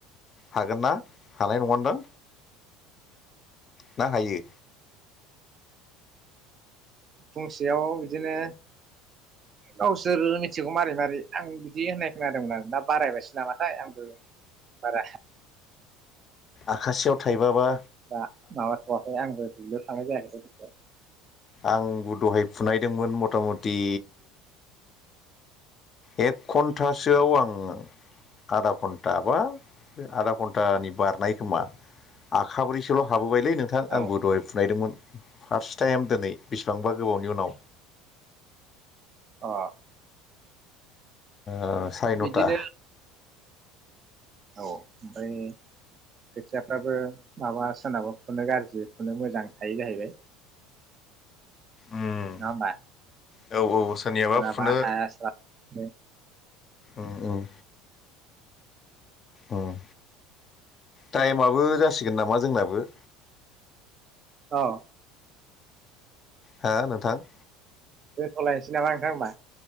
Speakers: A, on the left (about 35°); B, on the right (about 35°).
A: हागोन ना हानाय नङा नोंदां। ना हायो?
B: फुंसेयाव बिदिनो गावसोर मिथिगौ मारै मारै आं बिदि होननाय खोनादोंमोन आं। दा बारायगासनो ना माथाय आंबो बारा।
A: आखाासेयाव थाइबा बा।
B: दा माबाथवाखै। आंबो दुब्लियाव थांनाय जायाखै दासानदि <unintelligible>
A: आंबो दहय फुनायदोंमोन मता मति। एक घन्टासोआव आं। आधा घन्टा बा आधा घन्टानि बारनाय खोमा। आखाब्रैसोल' हाबोबाय। है नोंथां आंबो
B: औ
A: दहाय फुनायदोंमोन फार्स्ट टाइम दिनै बेसिबांबा गोबावनि उनाव
B: अ
A: ओ सारि नौटा।
B: बिदिनो औ ओमफ्राय खोथ खोथियाफ्राबो माबा सोरनाबा फुनो गाज्रि फुनो मोजां थायो जाहैबाय।
A: उम
B: नंङा होमबा
A: औ औ सोरनियाबा
B: सोराबा
A: फुनो
B: हाया स्रा थाङो।
A: ओमओम। उम टाइमाबो जासिगोन नामा जोंनाबो?
B: औ
A: हा नोंथां?
B: दोनथ'लायनोसै नामा नोंथां होमबा?